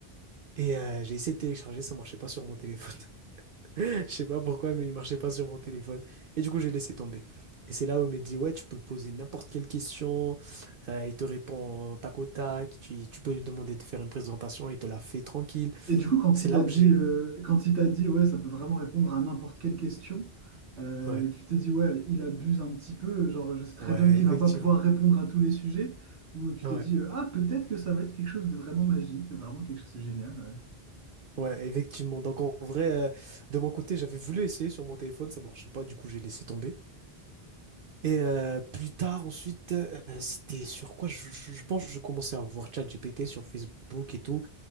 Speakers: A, on the right (about 60°); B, on the right (about 85°).
A: et euh, j'ai essayé de télécharger, ça marchait pas sur mon téléphone. <laughs> Je sais pas pourquoi, mais il marchait pas sur mon téléphone. Et du coup, j'ai laissé tomber. Et c'est là où il m'a dit, ouais, tu peux poser n'importe quelle question, euh, il te répond tac au tac, tu, tu peux lui demander de faire une présentation, il te la fait tranquille.
B: Et du coup, quand
A: C'est
B: il t'a
A: là où
B: dit,
A: j'ai
B: euh, quand il t'a dit, ouais, ça peut vraiment répondre à n'importe quelle question, euh,
A: Ouais,
B: tu t'es dit, ouais, il abuse un petit peu, genre, je sais très
A: ouais,
B: bien qu'il
A: effectivement.
B: va pas pouvoir répondre à tous les sujets, ou tu
A: Ouais,
B: t'es dit, euh, ah, peut-être que ça va être quelque chose de vraiment magique, vraiment quelque chose de génial. ouais.
A: ouais, effectivement. Donc en vrai, euh, de mon côté, j'avais voulu essayer sur mon téléphone, ça marchait pas, du coup j'ai laissé tomber. Et euh, plus tard, ensuite, euh, c'était sur quoi? Je, je- je pense que je commençais à voir ChatGPT sur Facebook et tout.